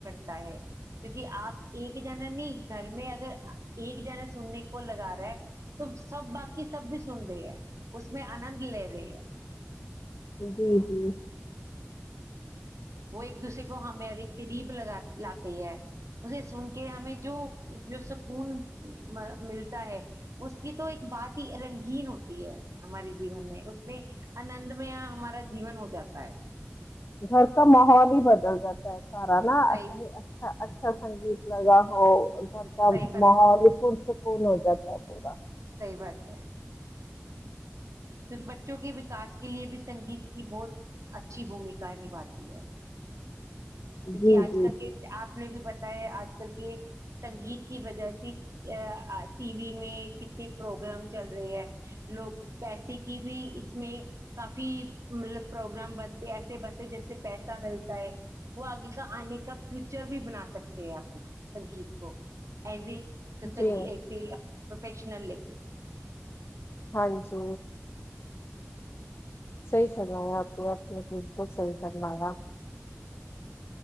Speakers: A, on the right; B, on the left.
A: تا ہے کیونکہ آپ ایک جنا نہیں گھر میں اگر ایک جنا سننے کو لگا رہا ہے تو سب باقی سب بھی سن رہے ہیں اس میں آنند لے رہے ہے
B: جی جی
A: وہ ایک دوسرے کو ہمیں قریب لگا لاتے ہے اسے سن کے ہمیں جو جو سکون ملتا ہے اس کی تو ایک بات ہی رنج گ ہوتی ہے ہمارے جیون میں اس میں آندمیا ہمارے جین ہو جاتا ہے
B: گھر کا ماحول ہی بدل جاتا ہے سارا ناا
A: صحیح
B: ہی اچھا اچھا سنگیت لگا ہو <unintelligible>
A: صحیح
B: کون ہو جات ہے پورا
A: صحی بات ہے جی <unintelligible> کیکہ بچوں کے وکاس کے لیے بھی سنگیت کی بہت اچھی بھومکا نبھاتی ہے
B: جی
A: کیونکہ آج
B: جی
A: کل کے
B: جی
A: آپ نے بھی بتا آج کل کے سنگیت کی وجہ سے ٹی وی میں کتنے پروگرام چل رہے ہے لوگ پیسے کی بھی اس میں کافی مطلب پروگرام بنتے ایسے بنتے جس سے پیسہ ملتا ہے وہ آگے کا آنے کا فیوچر بھی بنا سکتے ہیں اپنا سنگیت کو ایز اے <inaudible> پروفیشنل
B: جی
A: جٹھ <unintelligible>
B: ہاں جی <inaudible> صحیح فرمایا آپ نے بالکل صحیح فرمایا